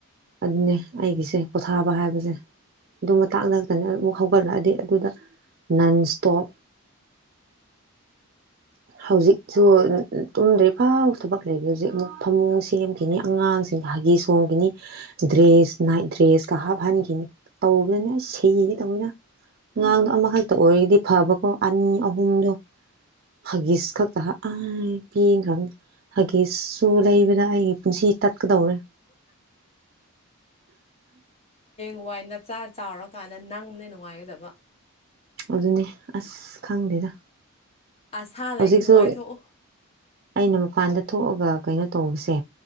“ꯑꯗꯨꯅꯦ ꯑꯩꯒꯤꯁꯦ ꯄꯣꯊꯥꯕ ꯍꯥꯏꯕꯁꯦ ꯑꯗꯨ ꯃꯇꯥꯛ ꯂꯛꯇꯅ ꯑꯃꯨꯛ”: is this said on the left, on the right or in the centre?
Right